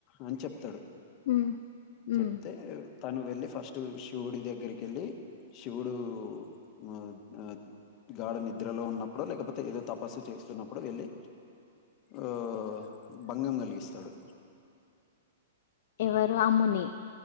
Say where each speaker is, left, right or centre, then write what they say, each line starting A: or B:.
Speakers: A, on the left (about 40°); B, on the left (about 60°).
A: అని చెప్తడు
B: ఉమ్
A: చెప్తే
B: ఉమ్
A: తను వెళ్ళి ఫస్ట్ టు శివుడి దగ్గరికెళ్ళి శివుడు మ అ గాడ నిద్రలో ఉన్నప్పుడో లేకపోతే ఏదో తపస్సు చేస్తున్నప్పుడు వెళ్ళి ఆ భంగం కలిగిస్తడు
B: ఎవరు ఆ ముని